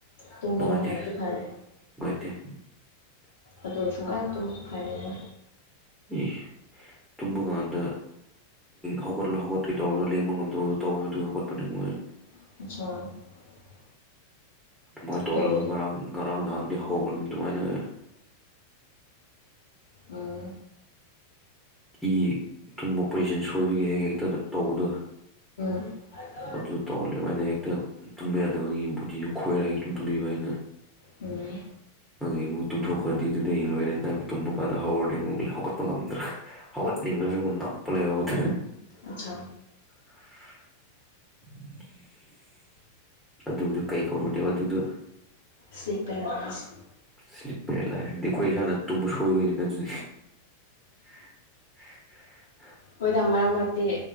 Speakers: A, on the left; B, in the centre.
A: ꯇꯨꯝꯕ
B: ꯅꯨꯡꯉꯥꯏꯇꯦ
A: ꯅꯨꯡꯉꯥꯏꯔꯗꯤ ꯐꯔꯦ
B: <inaudible>
A: ꯑꯗꯨꯒ ꯁꯨꯡꯉꯥꯏꯇꯕꯗꯤ ꯐꯔꯦꯅ
B: ꯏ ꯇꯨꯝꯃꯀꯥꯟꯗ ꯍꯧꯒꯠꯂ ꯍꯧꯒꯠꯀꯦ ꯇꯧꯔꯒ ꯂꯦꯡꯕ ꯉꯝꯗꯕꯗꯣ ꯇꯧꯋꯦ ꯑꯗꯨꯒꯤ ꯍꯧꯒꯠꯄꯅꯦ ꯃꯣꯏ
A: <inaudible>
B: ꯍꯉꫭꯏ ꯇꫭꯡꯔꯒ
A: ꯀꯩꯒꯤ
B: ꯉꯔꯥꯡ ꯉꯔꯥꯡ ꯗꯥꯡꯗꯤ ꯍꯧꯈ꯭ꯔꯕꯅꯤ ꯗꯨꯃꯥꯏꯅ
A: ꯎꯝ
B: ꯏ ꯇꯨꯝꯕ ꯄꯖꯤꯁꯟ ꯁꯣꯏꯕꯒꯤ ꯍꯦꯛ ꯍꯦꯛꯇ ꯇꯧꯕꯗꯣ
A: ꯍꯥꯏ
B: ꯑꯗꯨ ꯇꯧꯍꯜꯂꯦ ꯑꯩꯅ ꯍꯦꯛꯇ ꯇꯨꯝꯕ ꯌꯥꯗꯕꯒꯤ ꯕꯨꯣꯗꯤꯗꯨ ꯈꯣꯏꯔꯒ ꯍꯦꯛꯇ ꯇꯨꯝꯕꯤꯕ ꯑꯩꯅ
A: ꯎꯝ
B: ꯏ ꯇ ꯍꯗꯤꯗꯦ ꯏꯦꯔ ꯇꯨꯝ ꯀ ꯍꯋꯥꯄ ꯭ꯔ ꯑꯋꯥꯠ ꯅꯤꯡ ꯅꯞꯄꯂꯦ ꯌꯎꯗ
A: ꯑꯠꯁꯥ
B: <inaudible> ꯑꯗꯨꯗꯨ ꯀꯩ ꯀꯧꯕꯅꯦꯕ ꯑꯗꯨꯗ
A: ꯁꯤ ꯄꯔꯁ
B: ꯏꯁ꯭ꯂꯤꯞꯄꯔ ꯂꯥꯛꯔꯗꯤ ꯑꯩꯈꯣꯏ ꯏꯁꯥꯅ ꯇꯨꯝꯕ ꯁꯣꯏꯕꯩꯅꯤꯅ ꯑꯗꯨ <inaudible>
A: ꯍꯣꯏꯗꯥ ꯃꯔꯛ ꯃꯔꯛꯇꯤ